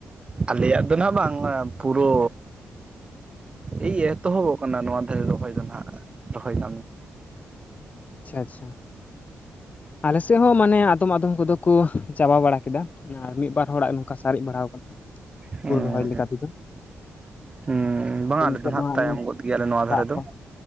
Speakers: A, on the right; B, on the left.
A: ᱟᱞᱮᱭᱟᱜ ᱫᱚ ᱱᱟᱦᱟᱸᱜ ᱵᱟᱝ-ᱟ ᱯᱩᱨᱳ ᱮᱭ ᱮᱛᱚᱦᱚᱵᱚᱜ ᱠᱟᱱᱟ ᱱᱚᱣᱟ ᱫᱷᱟᱨᱮ ᱨᱚᱦᱚᱭ ᱫᱚ ᱦᱟᱸᱜ ᱨᱚᱦᱚᱭ ᱠᱟᱹᱢᱤ᱾
B: ᱟᱪᱪᱷᱟ ᱟᱪᱪᱷᱟ᱾ ᱟᱞᱮ ᱥᱮᱫ ᱦᱚᱸ ᱢᱟᱱᱮ ᱟᱫᱚᱢ ᱟᱫᱚᱢ ᱠᱚᱫᱚ ᱠᱚ ᱪᱟᱵᱟ ᱵᱟᱲᱟ ᱠᱮᱫᱟ᱾ ᱟᱨ ᱢᱤᱫ ᱵᱟᱨ ᱦᱚᱲᱟᱜ ᱱᱚᱝᱠᱟ ᱥᱟᱨᱮᱡ ᱵᱟᱲᱣ ᱠᱟᱱᱟ,
A: ᱦᱮᱸ
B: ᱦᱩᱲᱩ ᱨᱚᱦᱚᱭ ᱞᱮᱠᱟ ᱛᱮᱫᱚ᱾
A: ᱦᱩᱸ ᱵᱟᱝᱟ
B: ᱱᱤᱛᱚᱜ
A: ᱟᱞᱮ ᱫᱚ ᱱᱟᱦᱟᱸᱜ
B: ᱢᱟ
A: ᱛᱟᱭᱚᱢ
B: ᱱᱚᱜᱼᱚᱭ
A: ᱜᱚᱫ ᱜᱮᱭᱟᱞᱮ ᱱᱚᱣᱟ ᱫᱷᱟᱨᱮ
B: ᱫᱟᱜ
A: ᱫᱚ᱾
B: ᱵᱟᱝ